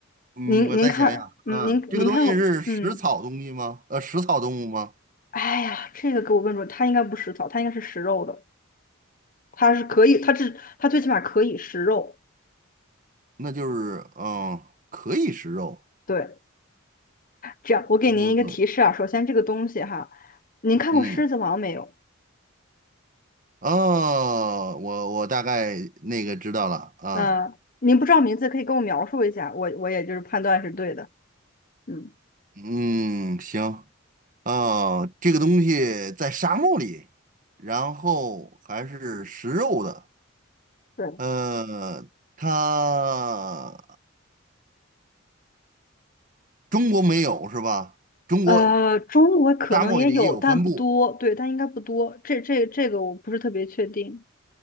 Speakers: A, on the right; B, on the left.
A: 嗯，
B: 您您看，
A: 我再想想啊，
B: 嗯，您您看过，
A: 这个东西是食草东西吗？
B: 嗯，
A: 呃，食草动物吗？
B: 哎呀，这个给我问住了，它应该不食草，它应该是食肉的，它是可以，它是它最起码可以食肉。
A: 那就是嗯，可以食肉，
B: 对，这样我给您一个提示啊，
A: 嗯
B: 首先这个东西哈，您看过《狮子王》没有？
A: 嗯哦，我我大概那个知道了啊，
B: 呃，您不知道名字可以跟我描述一下，我我也就是判断是对的。嗯，
A: 嗯，行哦，这个东西在沙漠里，然后还是食肉的，
B: 对。
A: 呃，它中国没有是吧？中国
B: 呃，中国可能也有，
A: 沙漠里也有分布
B: 但不多，对，但应该不多。这这这个我不是特别确定。